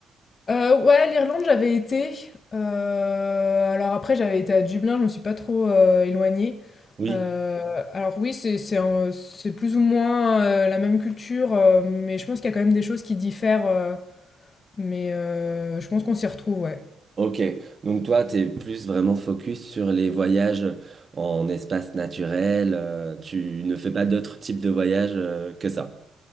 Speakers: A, on the left (about 45°); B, on the right (about 35°).
A: Heu, ouais, l'Irlande, j'avais été, heu, alors après j'avais été à Dublin, je me suis pas trop, heu, éloignée.
B: Oui.
A: Heu, alors oui, c'est c'est un c'est plus ou moins, heu, la même culture, heu, mais je pense qu'il y a quand même des choses qui diffèrent, heu, mais heu, je pense qu'on s'y retrouve, ouais.
B: Ok, donc toi, tu es plus vraiment focus sur les voyages en espace naturel, euh, tu ne fais pas d'autres types de voyages euh, que ça.